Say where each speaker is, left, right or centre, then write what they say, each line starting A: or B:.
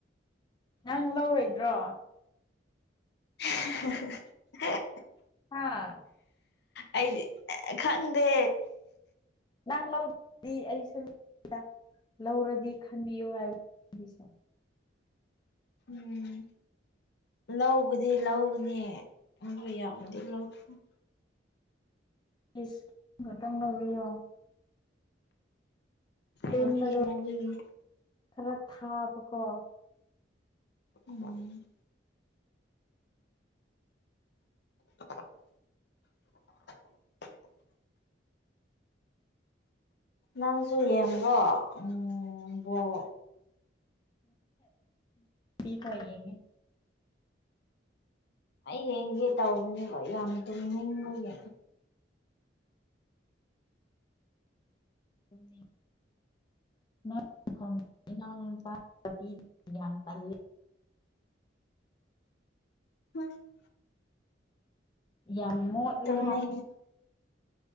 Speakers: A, on the left; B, on the left.
A: ꯅꯪ ꯂꯧꯔꯣꯏꯗ꯭ꯔꯣ
B: <unintelligible>
A: ꯍꯥꯥ
B: ꯑꯩꯖꯦ ꯈꯪꯗꯦ
A: ꯅꯪ ꯂꯧꯗ꯭ꯔꯗꯤ ꯑꯩꯁꯨ ꯂꯧꯔꯣꯏꯗ ꯂꯧꯔꯗꯤ ꯈꯟꯕꯤꯌꯨ ꯍꯥꯏꯕ ꯑꯩꯒꯤꯁꯨ
B: ꯎꯝ ꯂꯧꯕꯗꯤ ꯂꯧꯒꯅꯤ ꯑꯗꯨ ꯌꯥꯝꯅꯗꯤ <unintelligible>
A: ꯑꯩꯁ <unintelligible> ꯇꯦꯟꯕꯗꯣ
B: ꯂꯧꯕꯤꯒꯦ ꯂꯧꯕꯤꯒꯅꯤ
A: ꯈꯔ ꯊꯥꯕꯀꯣ
B: ꯎꯝ <inaudible> ꯅꯪꯁꯨ ꯌꯦꯡꯕ꯭ꯔꯣ ꯎꯝ ꯕꯣꯜ
A: ꯄꯤ ꯈꯔ ꯌꯦꯉꯤ
B: ꯑꯩ ꯌꯦꯡꯒꯦ ꯇꯧꯕꯅꯦ ꯌꯥꯝ ꯇꯨꯝꯅꯤꯡꯕꯒꯤ
A: <unintelligible> <unintelligible> ꯏꯅꯥꯎꯅꯨꯄꯥ ꯌꯥꯝ ꯇꯜꯂꯦ
B: <inaudible>
A: ꯌꯥꯝ ꯃꯣꯠꯂꯦ
B: ꯇꯨꯝꯅꯤꯡꯉꯦ
A: ꯍꯥꯏ